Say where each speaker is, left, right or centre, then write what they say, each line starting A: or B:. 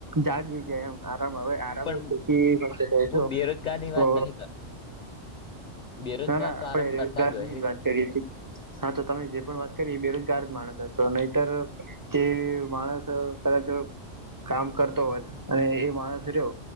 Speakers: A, on the right; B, on the left.
A: જાગી એમ આરામ હવે
B: પણ
A: મે ખથી મ થાય છું
B: હું બેરોજગાર ની
A: તો
B: વાત નહી કરતો બેરોજગાર
A: ના ના
B: તો
A: આપડે
B: આરામ
A: રોજગારની
B: કરતા હોય
A: જ વાત કરીએ છીએ. હા તો તમે જે પણ વાત કરી એ બેરોજગાર માણસ હતો નહીતર કે માણસ કદાચ કામ કરતો હોત અને એ માણસ રહ્યો